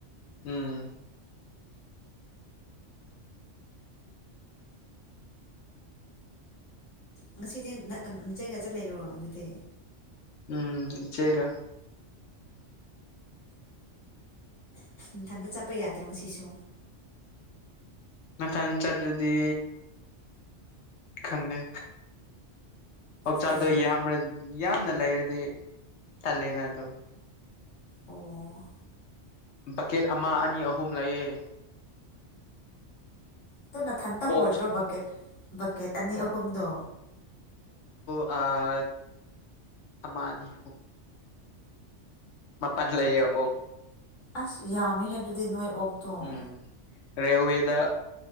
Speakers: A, on the left (about 70°); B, on the left (about 85°).
A: ꯎꯝ
B: ꯉꯁꯤꯗꯤ ꯅꯆꯦꯒ ꯆꯠ ꯂꯩꯔꯣ ꯑꯗꯨꯗꯤ
A: ꯎꯝ ꯁꯦꯒ
B: ꯏꯊꯟꯗ ꯆꯠꯄ ꯌꯥꯗ꯭ꯔꯣ ꯉꯁꯤꯁꯨ
A: ꯃꯊꯪ ꯆꯠꯇ꯭ꯔꯗꯤ ꯈꯪꯗꯦ ꯑꯣ ꯆꯥꯛꯗ
B: ꯀꯔꯤ
A: ꯑ ꯌꯥꯝꯅ ꯂꯩꯔꯨꯗꯤ ꯇꯂꯦꯟꯗꯣ
B: ꯑꯣ
A: ꯕꯛꯀꯦꯠ ꯑꯃ ꯑꯅꯤ ꯑꯍꯨꯝ ꯂꯩꯌꯦꯦ
B: ꯑꯗꯨꯣ ꯅꯊꯟꯇ ꯍꯣꯜꯂꯤꯔꯣ
A: ꯑꯣꯛꯁ
B: ꯕꯛꯀꯦꯠ ꯕꯛꯀꯦꯠ ꯑꯅꯤ ꯑꯍꯨꯝꯗꯣ
A: ꯑ ꯑꯃ ꯑꯅꯤ ꯍꯨꯝ ꯃꯄꯥꯟꯥꯟ ꯂꯩꯌꯦ ꯑꯣ
B: ꯑꯁ ꯌꯥꯝꯃꯦꯍ ꯑꯗꯨꯗꯤ ꯅꯣꯏ ꯑꯣꯛꯇꯣꯡ
A: ꯎꯝ ꯔꯦꯜꯋꯦꯗ